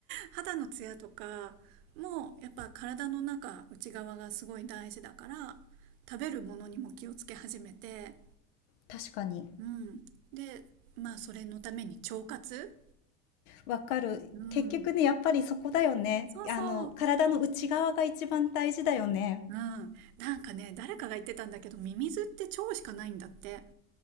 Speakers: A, on the right (about 75°); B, on the left (about 80°).
A: 肌のツヤとかもやっぱ体の中内側がすごい大事だから食べるものにも気をつけ始めて、
B: 確かに。
A: うん、でまあそれのために腸活、
B: わかる。
A: うん、
B: 結局ね、
A: うん、
B: やっぱりそこだよね。
A: そうそう、
B: あの、体の内側が一番大事だよね。
A: うん、なんかね誰かが言ってたんだけどミミズって腸しかないんだって、